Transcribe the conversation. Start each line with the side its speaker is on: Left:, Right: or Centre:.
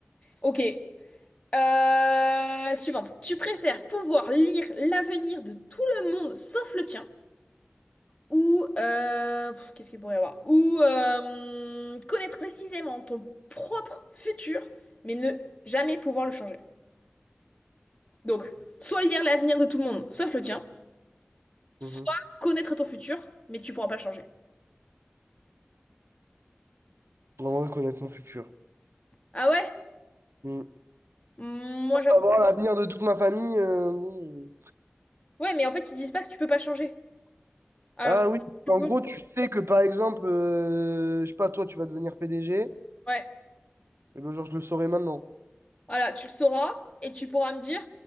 Left: Ok. Euh, suivante. Tu préfères pouvoir lire l'avenir de tout le monde sauf le tien ou euh, pff, qu'est-ce qu'il pourrait y avoir? Ou euh, connaître précisément ton propre futur mais ne jamais pouvoir le changer. Donc, soit lire l'avenir de tout le monde sauf le tien, soit
Right: mhm.
Left: connaître ton futur mais tu pourras pas le changer.
Right: J'aimerais connaître mon futur.
Left: Ah ouais?
Right: Mhm.
Left: Moi
Right: Pour savoir
Left: j'avoue.
Right: l'avenir de toute ma famille. euh, bon, euh.
Left: Ouais, mais en fait ils disent pas que tu peux pas changer. Alors,
Right: Ah oui.
Left: tu
Right: En
Left: peux.
Right: gros, tu sais que par exemple, euh, je sais pas, toi, tu vas devenir PDG.
Left: Ouais.
Right: Et ben, genre, je le saurais maintenant.
Left: Voilà, tu le sauras et tu pourras me dire.